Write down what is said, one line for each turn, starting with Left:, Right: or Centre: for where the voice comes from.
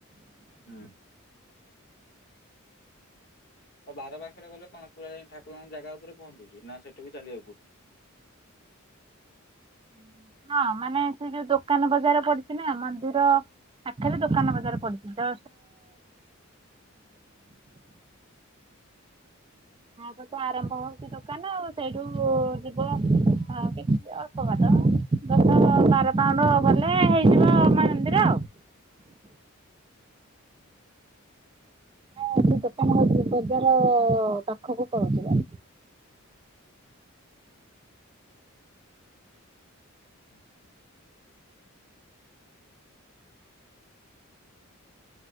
Left: ହୁଁ। ଆଉ ବାର ବାଙ୍କରେ ଗଲେ କଣ ପୁରା ଯାଇ ଠାକୁରଙ୍କ ଜାଗା ଉପରେ ପହଞ୍ଚୁଛି ନା ସେଠି ବି ଚାଲିବାକୁ ପଡୁଛି?
Right: ହୁଁ। ହଁ ମାନେ ସେ ଯୋଉ ଦୋକାନ ବଜାର ପଡିଛି ନା ମନ୍ଦିର ପାଖରେ ଦୋକାନ ବଜାର ପଡିଛି। ତ <unintelligible> ତ ଆରମ୍ଭ ହଉଛି ଦୋକାନ ଆଉ ସେଇଠୁ ଯିବ ଆ କିଛି ଅଳ୍ପ ବାଟ। ଦଶ ବାର ପାଉଣ୍ଡ ଗଲେ ହେଇଯିବ ମା ମନ୍ଦିର ହଁ ସେ ଦୋକାନ ହଉଛି ବଜାର ପାଖକୁ ପଳଉଥିଲା।
Left: ହୁଁ।